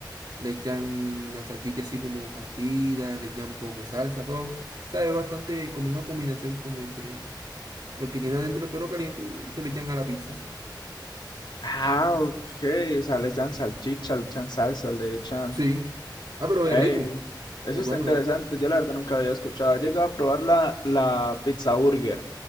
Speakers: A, on the right; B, on the left.
A: le echan la salchicha así como partida, le echan un poco de salsa, todo. O sea, es bastante como una combinación como entre lo que tiene adentro el perro caliente y se le echan a la pizza.
B: Ah, ok, o sea, les dan salchicha, le echan salsa, le echan...
A: Sí. Ah, pero
B: Ey,
A: es rico.
B: eso
A: Es
B: está
A: bueno,
B: interesante.
A: es
B: Yo la verdad nunca había escuchado. He llegado a probar la, la pizza burger.